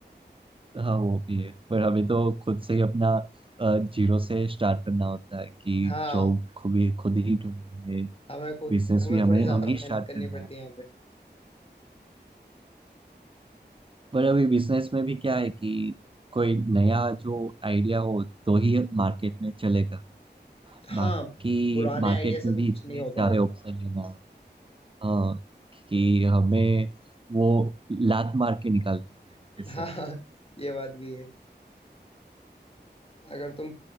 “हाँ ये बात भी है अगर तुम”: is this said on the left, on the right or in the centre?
Left